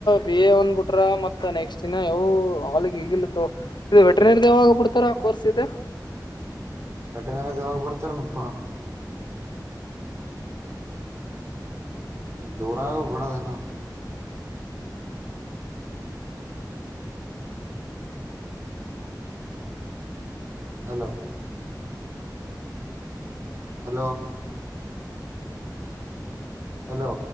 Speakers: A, on the left (about 85°); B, on the right (about 40°).
A: ಬಿ ಎ ಒಂದ್ಬಿಟ್ರ ಮತ್ ನೆಕ್ಸ್ಟ್ ದಿನ ಯಾವ ಅವಳಿಗೆ ಹಗಿಲತ್ತ ಇದು ವೆಟ್ರನರಿ ಯಾವಾಗ ಬಿಡ್ತಾರ ಕೋರ್ಸ್ ಇದೆ
B: ವಟನ ಜಾವಾಗ ಬಡ್ತಾರೆ ನಪ್ಪಾ ದೂರಾದಿನ್ ಬಿಡು ನಾ ಹಲೋ ಹಲೋ ಹಲೋ